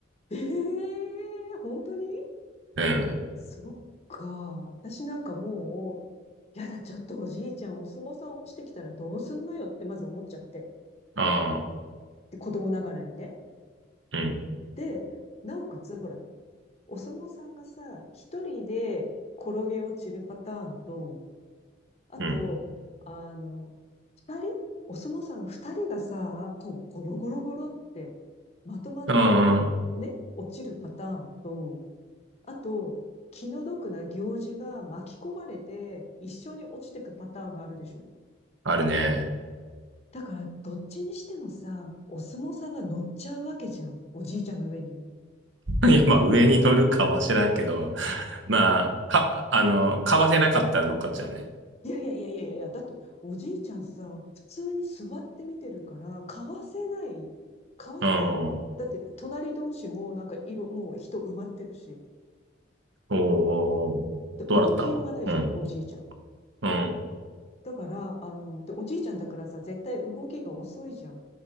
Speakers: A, on the left; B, on the right.
A: <laughs> えー、本当に
B: うん。
A: そっか。私なんかもう、やだ、ちょっとおじいちゃん、お相撲さん落ちてきたらどうすんのよってまず思っちゃって。
B: ああ、
A: で、子供ながらにね。
B: うん。
A: で、なおかつ、ほら、お相撲さんがさ、一人で転げ落ちるパターンと、あと、
B: うん。
A: あの、二人お相撲さん二人がさ、こう、ゴロゴロゴロってまとまって、
B: うん。
A: ね、落ちるパターンと、あと、気の毒な行事が巻き込まれて一緒に落ちてくパターンがあるでしょ。
B: あるね。
A: だから、どっちにしてもさ、お相撲さんが乗っちゃうわけじゃん。おじいちゃんの上に。
B: <laughs> いや、まあ、上に乗るかは知らんけど、まあ、か、あの、買わせなかったら乗っかっちゃうね。
A: いやいやいやいやいやいや、だっておじいちゃんさ、普通に座って見てるから、買わせない。買わせないよ。
B: うん。
A: だって隣同士もなんか色、もう人埋まってるし。
B: おー、
A: で動きようがないじゃん、
B: どうだったのうん、
A: おじいちゃん。
B: うん、
A: だから、あの、で、おじいちゃんだからさ、絶対動きが遅いじゃん。